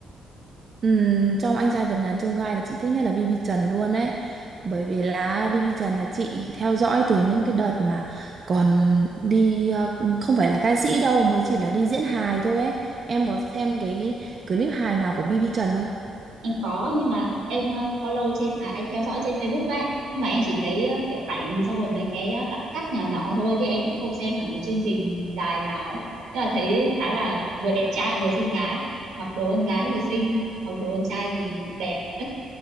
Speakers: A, on the right; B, on the right.
A: ừm, trong anh trai vượt ngàn chông gai là chị thích nhất là BB Trần luôn ấy. Bởi vì là BB Trần là chị theo dõi từ những cái đợt mà còn đi ờ, không phải là ca sĩ đâu, mới chỉ là đi diễn hài thôi ấy. Em có xem cái clip hài nào của BB Trần không?
B: em có nhưng mà em ờ, follow trên à em theo dõi trên Facebook ấy nhưng mà em chỉ thấy ờ, kiểu ảnh xong rồi mấy cái ờ, đoạn cắt nhỏ nhỏ thôi chứ em cũng không xem hẳn một chương trình đài nào ấy nhưng mà thấy khá là vừa đẹp trai vừa xinh gái mặc đồ con gái thì xinh mặc đồ con trai thì đẹp